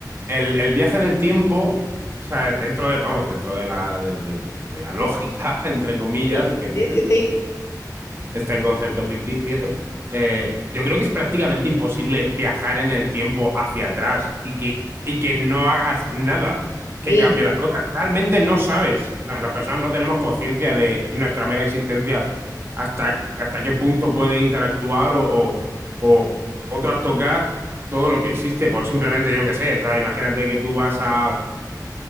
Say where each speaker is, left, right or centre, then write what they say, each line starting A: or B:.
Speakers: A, on the right; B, on the left.
A: el- el viaje en el tiempo, o sea, dentro de, vamos, dentro de la, del- del- de la lógica, <laughs> entre comillas,
B: sí,
A: que tiene
B: sí, sí,
A: este concepto ficticio, eh, yo creo que es prácticamente imposible viajar en el tiempo hacia atrás y que, y que no hagas nada que
B: sí,
A: cambie las cosas. Realmente no sabes, no, las personas no tenemos conciencia de nuestra mera existencia hasta, hasta qué punto puede interactuar o, o, o, o trastocar todo lo que existe, por simplemente yo qué sé, ¿sabes? imagínate que tú vas a,